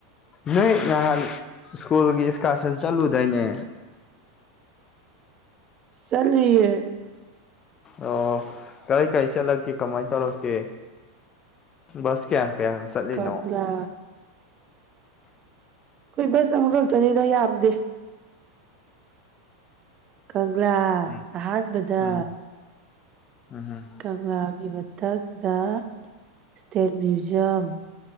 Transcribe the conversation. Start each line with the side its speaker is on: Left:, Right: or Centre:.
Left: ꯅꯣꯏ ꯅꯍꯥꯟ ꯁ꯭ꯀꯨꯜꯒꯤ ꯏꯁꯀꯥꯁꯟ ꯆꯠꯂꯨꯗꯥꯏꯅꯦ
Right: ꯆꯥꯠꯂꯨꯏꯌꯦ
Left: ꯑꯣ ꯀꯥꯏ ꯀꯔꯤ ꯆꯠꯂꯛꯀꯦ ꯀꯃꯥꯏꯅ ꯇꯧꯔꯛꯀꯦ ꯕꯁ ꯀꯌꯥ ꯀꯌꯥ ꯆꯠꯂꯤꯅꯣ
Right: ꯀꯒꯂꯥ ꯑꯩꯈꯣꯏ ꯕꯁ ꯑꯃꯈꯛꯇꯅꯤꯗ ꯌꯥꯝꯗꯦ ꯀꯪꯂꯥ
Left: ꯎꯝ
Right: ꯑꯍꯥꯟꯕꯗ
Left: ꯎꯝ ꯎꯝ ꯍꯝ
Right: ꯀꯪꯂꯥꯒꯤ ꯃꯊꯛꯇ ꯏꯁꯇꯦꯠ ꯃ꯭ꯌꯨꯖꯝ